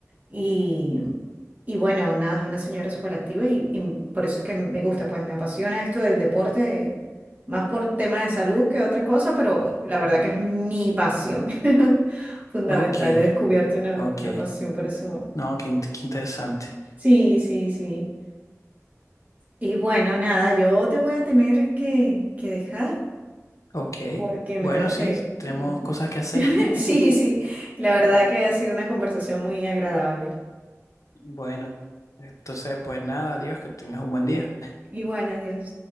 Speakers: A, on the right; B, on the left.
A: Y, y bueno, nada, es una señora súper activa y, y por eso es que me gusta, pues me apasiona esto del deporte, más por temas de salud que otra cosa, pero la verdad que es mi pasión. <laughs> Fundamental,
B: Ok,
A: he descubierto una,
B: ok,
A: una pasión por eso.
B: no, qué, in- qué interesante.
A: Sí, sí, sí. Y bueno, nada, yo te voy a tener que, que dejar
B: Ok,
A: porque
B: bueno,
A: me tengo
B: sí,
A: que...
B: tenemos
A: <laughs>
B: cosas que hacer. <laughs>
A: Sí, sí, la verdad que ha sido una conversación muy agradable.
B: Bueno, entonces, pues nada, adiós, que tengas un buen día.
A: Igual, adiós.